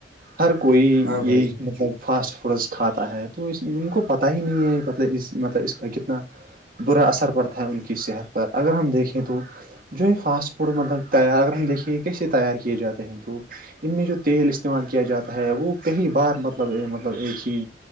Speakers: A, on the right; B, on the right.
A: ہر کوئی
B: ہاں
A: یہی
B: بھائی جان
A: مطلب فاسٹ فوڈس کھاتا ہے تو اس ان کو پت ہی نہیں ہےل اس مطلب اس کا کتنا برا اثر پڑتا ہے ان کی صحت پر اگر ہم دیکھیں تو جو یہ فاسٹ فوڈ مطلب تیار اگر ہم دیکھیںے یہ کیسے تیار کیے جاتے ہیں تو ان میں جو تیل استعمال کیا جاتا ہے وہ کئی بار مطلب مطلب ایک ہی